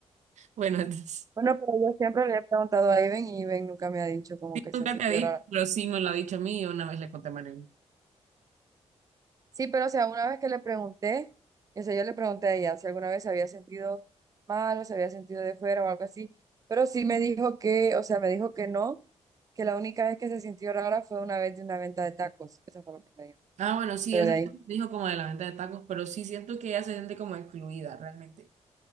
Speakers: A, on the right (about 85°); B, on the right (about 30°).
A: Bueno, entonces,
B: Bueno, pero yo siempre le he preguntado a Iben y Iben nunca me ha dicho como que se
A: nunca
B: ha sentido
A: te ha dicho,
B: rara.
A: pero sí me lo ha dicho a mí y una vez le conté a Marilyn.
B: Sí, pero o sea, una vez que le pregunté, o sea, yo le pregunté a ella si alguna vez se había sentido mal o se había sentido de fuera o algo así, pero sí me dijo que, o sea, me dijo que no, que la única vez que se sintió rara fue una vez de una venta de tacos. Eso fue lo que me dijo.
A: Ah, bueno, sí,
B: Pero
A: eso
B: de
A: <laughs>
B: ahí.
A: me dijo como de la venta de tacos, pero sí siento que ella se siente como excluida realmente.